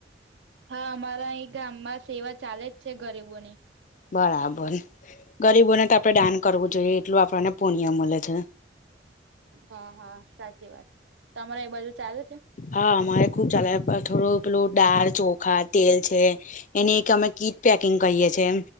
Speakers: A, on the right; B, on the left.
A: હા અમારા અહી ગામમાં સેવા ચાલે જ છે ગરીબોની
B: બરાબર ગરીબોને તો આપડે દાન કરવું જોઈએ એટલું આપણને પુણ્ય મળે છે
A: હા હા સાચી વાત તમારે એ બાજુ ચાલે છે
B: હા અમારે ખુબ ચાલે થોડો પેલું દાળ ચોખા તેલ છે એની એક અમે કીટ પેકિંગ કરીએ છીએ